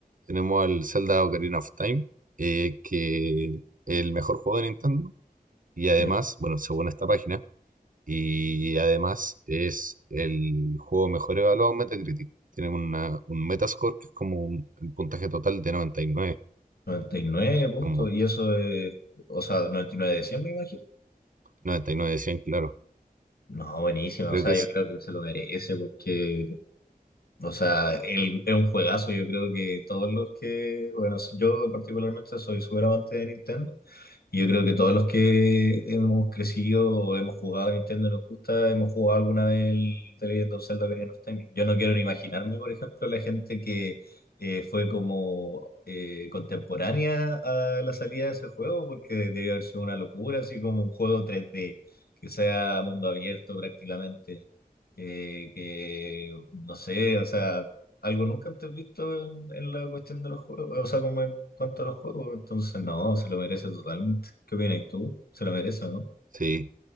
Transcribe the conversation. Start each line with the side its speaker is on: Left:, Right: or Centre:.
Right: tenemos al Zelda Ocarina of Time, eh, que es el mejor juego de Nintendo. Y además,
Left: Ya.
Right: bueno, según esta página, y además es el juego mejor evaluado en Metacritic. Tiene una, un Metascore que es como un, el puntaje total de 99.
Left: noventa y nueve puntos,
Right: Es un montón
Left: y eso es, o sea, 99 de 100, me imagino.
Right: noventa y nueve de cien claro.
Left: No, buenísima,
Right: Creo
Left: o sea,
Right: que es.
Left: yo creo que se lo merece porque, o sea, el- es un juegazo. Yo creo que todos los que, bueno, yo particularmente soy súper amante de Nintendo. Y yo creo que todos los que hemos crecido o hemos jugado a Nintendo y nos gusta, hemos jugado alguna vez el The Legend of Zelda Ocarina of Time. Yo no quiero ni imaginarme, por ejemplo, la gente que eh, fue como eh, contemporánea a la salida de ese juego, porque debió haber sido una locura, así como un juego tres d que sea mundo abierto prácticamente. eh, que no sé, o sea, algo nunca antes visto en, en la cuestión de los juegos, o sea, como en cuanto a los juegos, entonces no, se lo merece totalmente. ¿Qué opinas tú? Se lo merece, ¿no?
Right: Sí.